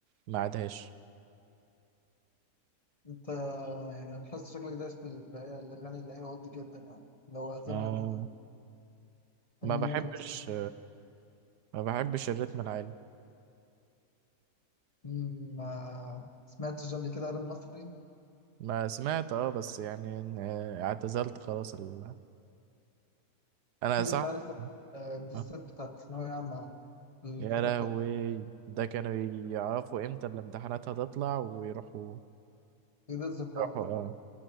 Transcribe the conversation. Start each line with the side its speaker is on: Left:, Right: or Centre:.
Right: ما عادهاش
Left: انت يعني انا حاسس شكلك دايس في ال- هي الاغاني اللي هي ولد جدا يعني اللي هو زمان
Right: اه
Left: من
Right: ما
Left: الثمانينات
Right: بحبش
Left: والتسعينات
Right: ما بحبش الريتم العالي
Left: مم، ما سمعتش قبل كده راب مصري
Right: ما سمعت اه بس يعني إن- آه، اعتزلت خلاص ال... انا
Left: اكيد
Right: صح
Left: انت عارف فترة، آه، الدسات
Right: آه.
Left: بتاعت الثانوية عامة الفترة
Right: يا لهوي
Left: بتاعت
Right: ده كانوا يعرفوا امتى الامتحانات هتطلع ويروحوا
Left: بيدز في بعض
Right: يروحوا اه